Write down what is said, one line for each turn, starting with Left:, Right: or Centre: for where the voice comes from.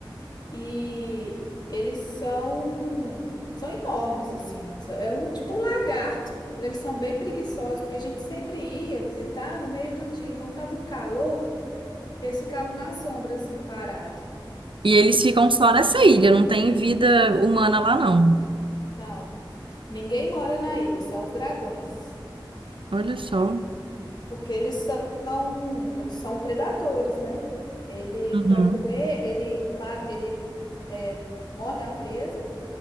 Left: E eles são. São enormes, assim. É um tipo um lagarto. Eles são bem preguiçosos, porque a gente sempre ia visitar no meio do dia, então tava um calor que eles ficavam na sombra, assim, parado.
Right: E eles ficam só nessa ilha, não tem vida humana lá, não.
Left: Não, ninguém mora na ilha, só os dragões.
Right: Olha só.
Left: Porque eles são, eles são predadores, né? Ele,
Right: Uhum,
Left: para comer, ele, ma- ele é, morde a presa,